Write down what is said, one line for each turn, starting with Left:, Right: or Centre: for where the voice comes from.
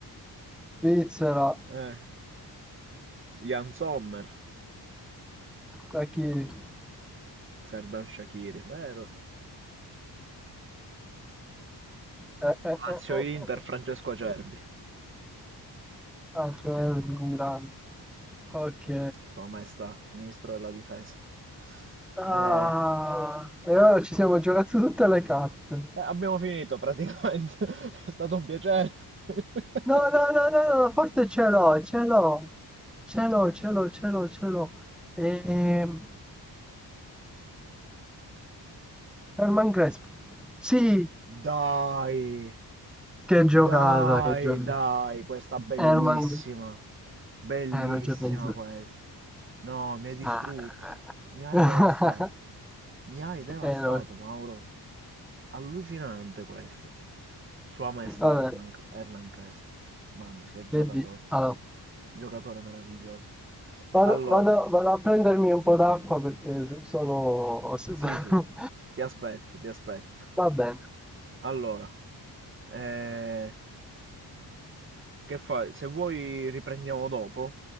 Centre: Svizzera,
Right: Eh, Jan Sommer.
Centre: Achille.
Right: Serdan Shakiri, vero?
Centre: Eh, eh, eh,
Right: Lazio-Inter,
Centre: eh, eh.
Right: Francesco Acerbi,
Centre: Ah, Fermi, un grande. Ok.
Right: Sua Maestà, il Ministro della Difesa.
Centre: Ah,
Right: Eh,
Centre: e ora ci siamo giocati tutte le carte.
Right: eh, abbiamo finito praticamente, <laughs> è stato un piacere. <laughs>
Centre: No, no, no, no, no, no, forse ce l'ho, ce l'ho. Ce l'ho, ce l'ho, ce l'ho, ce l'ho. Ehm, Herman Crespo. Sì,
Right: Dai,
Centre: che giocata,
Right: dai,
Centre: che giocata.
Right: dai, questa bellissima,
Centre: Herman,
Right: bellissima
Centre: eh, non ci ho pensato.
Right: questa. No, mi hai distrutto,
Centre: Ah.
Right: mi hai
Centre: <laughs>
Right: devastato, mi hai devastato,
Centre: Eh, no.
Right: Mauro. Allucinante questa. Sua Maestà
Centre: Vabbè,
Right: Herman- Hernan Crespo. Mamma, che giocatore.
Centre: che di... Allora,
Right: Giocatore meraviglioso.
Centre: vado,
Right: Allora,
Centre: vado- vado a prendermi un po' d'acqua perché sono... <laughs>
Right: sì, sì, ti aspetto, ti aspetto.
Centre: Va bene.
Right: Allora, eh, che fai? Se vuoi riprendiamo dopo,